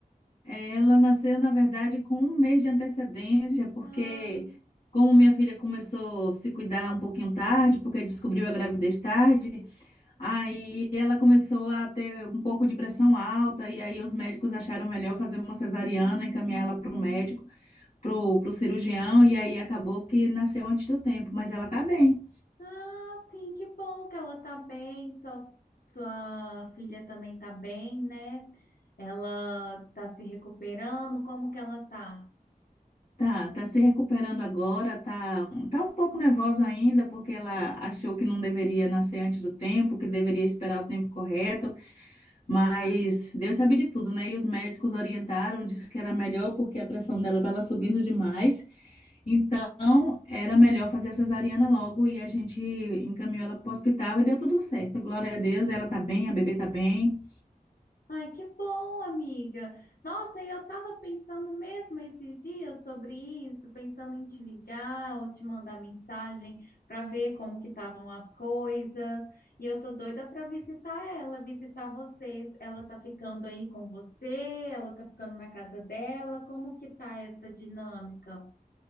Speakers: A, on the left; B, on the left.
A: ela nasceu, na verdade, com um mês de antecedência, porque
B: Ah,
A: como minha filha começou a se cuidar um pouquinho tarde, porque descobriu a gravidez tarde, Aí ela começou a ter um pouco de pressão alta, e aí os médicos acharam melhor fazer uma cesariana, encaminhar ela para o médico, para o cirurgião, e aí acabou que nasceu antes do tempo, mas ela tá bem.
B: ah, sim, que bom que ela tá bem, sua, sua filha também tá bem, né? Ela está se recuperando, como que ela tá?
A: Tá, tá se recuperando agora, tá, tá um pouco nervosa ainda, porque ela achou que não deveria nascer antes do tempo, que deveria esperar o tempo correto, mas Deus sabe de tudo, né? E os médicos orientaram, disse que era melhor porque a pressão dela estava subindo demais. Então, era melhor fazer a cesariana logo e a gente encaminhou ela para o hospital e deu tudo certo. Glória a Deus, ela tá bem, a bebê tá bem.
B: Ai, que bom, amiga. Nossa, e eu tava pensando mesmo esses dias sobre isso, pensando em te ligar ou te mandar mensagem para ver como que estavam as coisas. E eu tô doida para visitar ela, visitar vocês. Ela tá ficando aí com você? Ela tá ficando na casa dela? Como que tá essa dinâmica?